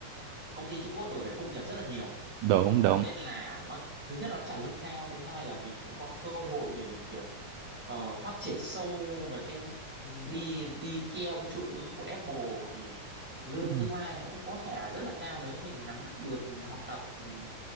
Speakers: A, in the centre; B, on the right (about 80°).
A: công ty Trung Quốc đổi về khung nghiệp rất là nhiều
B: đúng đúng
A: nên là nó thứ nhất nó trả lương cao thứ hai là mình cũng có cơ hội để mình kiểu ờ, phát triển sâu về cái đi đi theo cái chuỗi cung ứng của bọn Apple thì lương
B: ừ
A: tương lai nó cũng có thể là rất là cao nếu mình nắm bắt được học tập ừm,